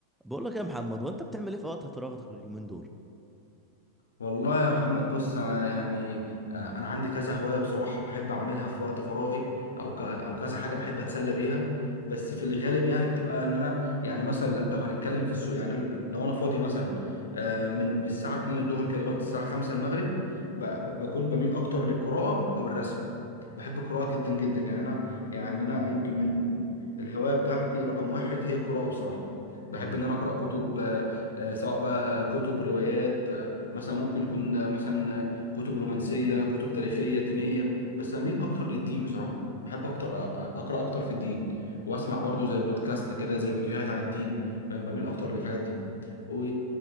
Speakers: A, in the centre; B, on the left.
A: بقول لك يا محمد وانت بتعمل ايه في وقت فراغك اليومين دول
B: والله يا محمد بص انا يعني آه، انا عندي كذا هوايه بصراحه بحب اعملها في وقت فراغي او ك- او كذا حاجه بحب اتسلى بيها بس في الغالب يعني بتبقى ان انا يعني مثلا لو هنتكلم في السوق يعني لو انا فاضي مثلا آه، من من الساعه 2 الظهر كده لغايه الساعه 5 المغرب ب- ب- بكون بميل اكتر للقراءه او الرسم بحب القراءه جدا جدا يعني انا يعني انا يمكن من الهوايه بتاعتي رقم واحد هي القراءه بصراحه بحب
A: امم
B: ان انا اقرا كتب آه، آه، سواء بقى كتب روايات مثلا ممكن يكون مثلا كتب رومانسية كتب تاريخية دينية بس أميل أكتر للدين بصراحة بحب أكتر أقرأ أكتر في الدين وأسمع برضو زي بودكاست كده زي فيديوهات عن الدين فاهم؟ بميل أكتر للحاجات دي و